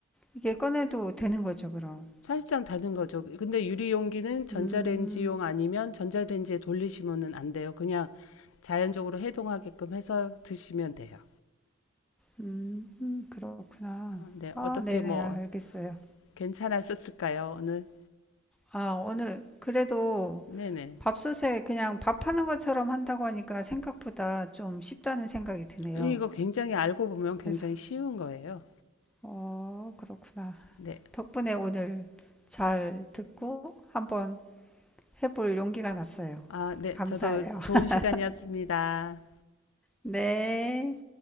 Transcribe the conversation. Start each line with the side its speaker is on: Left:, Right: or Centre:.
Centre: 이게 꺼내도 되는 거죠, 그럼.
Left: 사실상 다른 거죠. 근데 유리용기는 전자레인지용
Centre: 음,
Left: 아니면 전자레인지에 돌리시면은 안 돼요. 그냥 자연적으로 해동하게끔 해서 드시면 돼요.
Centre: 음, 음, 그렇구나.
Left: 네,
Centre: 아,
Left: 어떻게
Centre: 네네,
Left: 뭐
Centre: 알겠어요.
Left: 괜찮았었을까요? 오늘?
Centre: 아, 오늘 그래도
Left: 네네.
Centre: 밥솥에 그냥 밥하는 것처럼 한다고 하니까 생각보다 좀 쉽다는 생각이 드네요.
Left: 이거 굉장히 알고 보면 굉장히
Centre: 그래서,
Left: 쉬운 거예요.
Centre: 어, 그렇구나.
Left: 네.
Centre: 덕분에 오늘 잘 듣고 한번 해볼 용기가 났어요.
Left: 아, 네.
Centre: 감사해요.
Left: 저도 좋은
Centre: <laughs>
Left: 시간이었습니다.
Centre: 네.